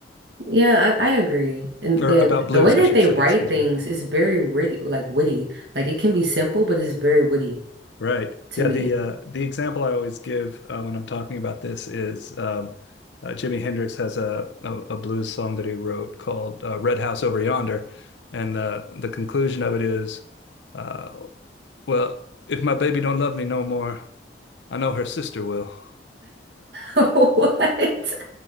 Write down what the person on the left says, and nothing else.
or
about blues,
I should
say.
Excuse
me.
Right.
Yeah,
the uh the example I always give uh, when I'm talking about this is um uh, Jimi Hendrix has a, a a blues song that he wrote called uh, Red House Over Yonder, and the the conclusion of it is uh well, if my baby don't love me no more, I know her sister will.